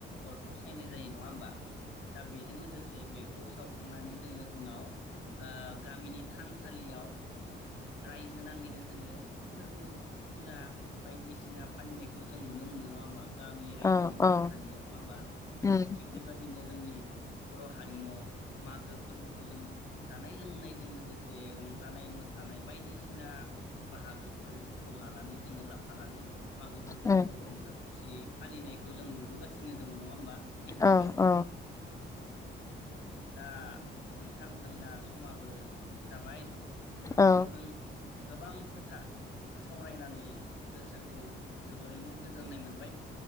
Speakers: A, on the left; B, on the left.
A: अरखौ सायनाय जायो नंङा होमबा? दा बेजों लोगोसे बेखौ सावखांनानै जोंङो उनाव गामिनि थान थालियाव रायजो नाङैनो जोंङो फोरबो फुजा बायदिसिना <unintelligible> फालिनायखौ जों नुनो मोनो नंङा होनबा? गामि रायजोनि
B: औ औ
A: थानसालियाव
B: औ
A: नंङा होमबा
B: उम
A: औ थिग बेबायदिनो जोंनि बर' हारिमुआव मागो फोरबोखौ जों जानाय -लोंनायजों लोगोसे रंजानाय- मोसानाय बायदिसिना बाहागोफोर <unintelligible> लानानै जोंङो लाफानानै मागो फोरबोखौ
B: उम
A: रंजा खुसियै फालिनायखौ जों नुबोगासिनो दंङ नंङा होमबा थिग
B: औ
A: बेबादिनो
B: औ
A: औ औ। दा नोंथां जोंना समाबो जाबाय। नोंथांजों
B: औ
A: गोबां खोथा सावरायनानै गोसोखौ जोबोरैनो गोजोननाय मोनबाय।